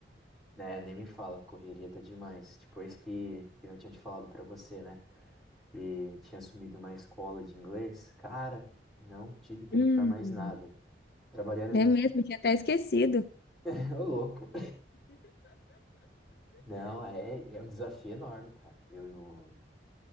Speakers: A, in the centre; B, on the left (about 55°).
A: Né, nem me fala, correria tá demais. Depois que, que eu tinha te falado pra você, né? Que tinha assumido uma escola de inglês, cara, não tive tempo
B: Hum,
A: pra mais nada. Trabalhando,
B: É mesmo, tinha até esquecido.
A: <laughs> ô louco. Não, é, é um desafio enorme, cara. Eu, eu,